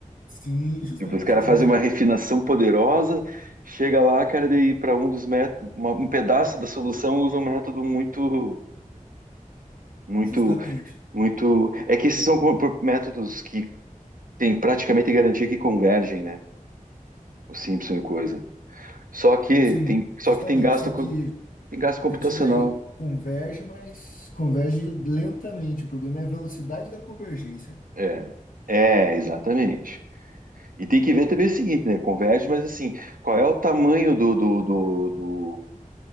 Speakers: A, on the left; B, on the right.
A: Sim, justamente,
B: Tipo, Os caras fazem
A: né?
B: uma refinação poderosa, chega lá, cara, daí para um dos métodos, uma- um pedaço da solução usa um método muito, muito
A: Justamente.
B: Muito. É que esses são co- pro- métodos que tem praticamente garantia que convergem, né? O Simpson e coisa. Só que
A: Sim,
B: tem, só
A: justamente.
B: que tem gasto,
A: Só
B: co-
A: que.
B: tem gasto computacional.
A: Tem isso daí. Converge, mas converge lentamente. O problema é a velocidade da convergência. né?
B: É, é, exatamente. E tem que ver também o seguinte, né? Converge, mas assim, qual é o tamanho do, do, do, do